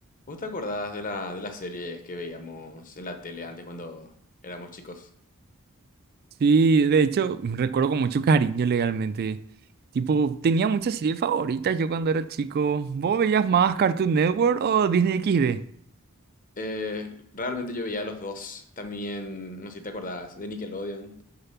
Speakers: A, on the left (about 40°); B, on the right (about 45°).
A: ¿Vos te acordás de la, de las series que veíamos en la tele antes cuando éramos chicos?
B: Sí, de hecho, recuerdo con mucho cariño legalmente. Tipo, tenía muchas series favoritas yo cuando era chico. ¿Vos veías más Cartoon Network o Disney XD?
A: Eh, realmente yo veía a los dos. También, no sé si te acordás, de Nickelodeon,